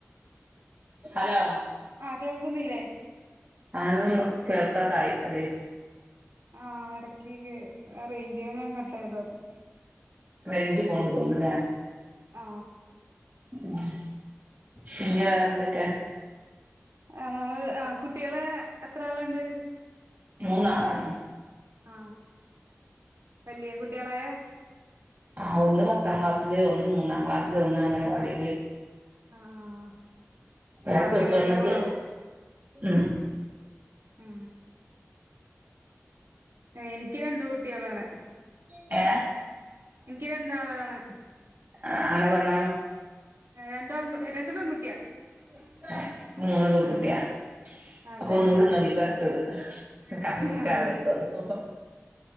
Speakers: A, on the right; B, on the right.
A: hello
B: ആ കേൾക്കുന്നില്ലേ
A: അതോന്നു കേൾക്കാതായി അതെ
B: ആ ഇടക്കി ക് ആ റേഞ്ച് എങ്ങനും കട്ടയത് ആവും
A: റേഞ്ച് പോവ്ണ്ട് തോന്ന്ണ്ല്ലെ
B: ആ
A: മ്മ് പിന്നെ വേറെ എന്തൊക്കെ?
B: ആ നമ്മള് ആ കു ട്ടിൾ എത്ര ആളുണ്ട്?
A: മൂന്നാളാണ്
B: ആ വലിയ കുട്ടികളായ?
A: ആ ഒന്ന് പത്താം ക്ലാസ്സില് ഒന്ന് മൂന്നാം ക്ലാസ്സില് ഒന്ന് അംഗനവാടിൽ
B: ആഹ് ആഹ്
A: അഹ്
B: ആഹ് അംഗൻവാടി
A: പ്ലസ് വൺത്തെ
B: പോണ
A: മ്
B: ആ എനിക്ക് രണ്ട് കുട്ടികളാണ്
A: ഏ
B: എനിക്ക് രണ്ടാളാണ്
A: ആ ആണോ പെണ്ണോ?
B: രണ്ടും ആ രണ്ടും പെൺകുട്ടിയാ
A: <inaudible> ന്ക്ക് മൂന്ന് പെൺകുട്ടിയ
B: ആഹ് അതെ
A: അപ്പം ഒന്നുംകൂടി നോക്കിക്കോ അടുത്തത് ആഹ് കമ്പനിക്ക്
B: ആഹ്
A: ആൾ ആയിക്കോളും <inaudible>